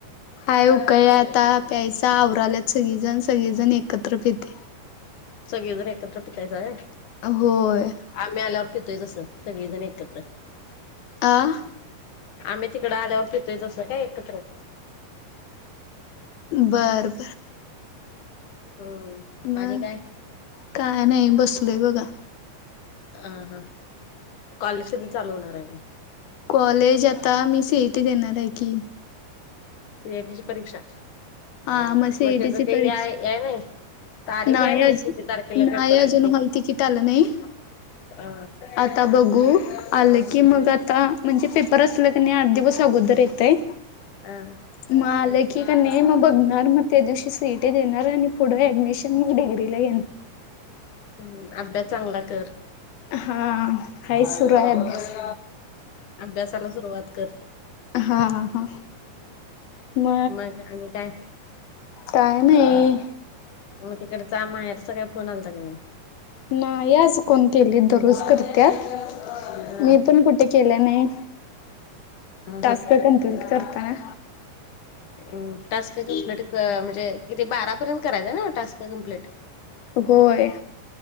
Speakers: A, on the left; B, on the left.
A: हाय उकळलाय आता, प्यायचा आवराल्यात सगळीजण सगळीजण एकत्र पितय.
B: सगळेजण एकत्र पितायसा व्हय.
A: होय.
B: आम्ही आल्यावर पितोय जसं, सगळीजण एकत्र
A: आं
B: आम्ही तिकडं आल्यावर पितोय तसं काय एकत्र
A: बरं बरं.
B: हम्म
A: म,
B: आणि काय?
A: काय नाय बसलोय बघा
B: अ ह, कॉलेज कधी चालू होणार ये म
A: कॉलेज आता, मी सी ई टी देणार हाय की
B: सी ए टी ची परीक्षा,
A: हा सीईटीची
B: मग त्याज ते
A: परीक्षा
B: हाय, याय नाई तारीख
A: नाही
B: याय
A: अजून
B: नाई, किती तारखेला
A: नाही
B: पेपर
A: अजून
B: आयत ते,
A: हॉल तिकीट आलं नाही
B: अ
A: आता बघू, आलं की, मग आता, म्हणजे पेपर असलं क नाय, आठ दिवस अगोदर येतंय.
B: आ
A: म, आलंय की कनय नाय मग बघणार, मग त्या दिवशी सी ई टी देणार, आणि पुढे ऍडमिशन मग डिग्रीला घेणार.
B: हम्म, अभ्यास चांगला कर
A: हा, हाय सुरू हाय अभ्यास
B: अभ्यासाला सुरुवात कर
A: हा हा हा, म
B: मग आणि काय
A: काय नाई
B: म तिकडचा माहेरचा काय फोन आलता का नाय?
A: नाही आज कोण केलीत, दररोज करत्यात,
B: अ
A: मी पण कु ते केल्या नाही, टास्क
B: ह
A: कंप्लिट करताना.
B: हम्म टास्क कंप्लिट, म्हणजे किती बारापर्यंत करायचं न्हव टास्क कंप्लिट?
A: होय.